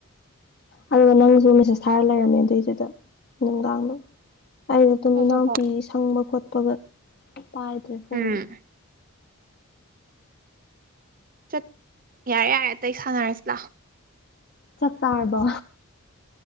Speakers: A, on the left; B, on the right.
A: ꯑꯗꯨꯒ ꯅꯪꯖꯨ ꯃꯦꯁꯦꯁ ꯊꯥꯔ ꯂꯩꯔꯝꯃꯦ ꯑꯗꯨꯏꯗꯨꯗ ꯅꯨꯡꯗꯥꯡꯗꯣ ꯑꯩꯩꯅ ꯑꯗꯨꯝ
B: ꯍꯣꯏ
A: ꯏꯅꯥꯎꯄꯤ
B: ꯍꯣꯏ ꯍꯣꯏ
A: ꯁꯪꯕ ꯈꯣꯠꯄꯒ ꯄꯥꯏꯗ꯭ꯔꯦ ꯐꯣꯟꯗꯣ
B: ꯎꯝ ꯆꯠ ꯌꯥꯔꯦ ꯌꯥꯔꯦ ꯑꯇꯩ ꯁꯥꯟꯅꯔꯁꯤ ꯂꯥ
A: ꯆꯥꯛ ꯆꯥꯔꯕꯣ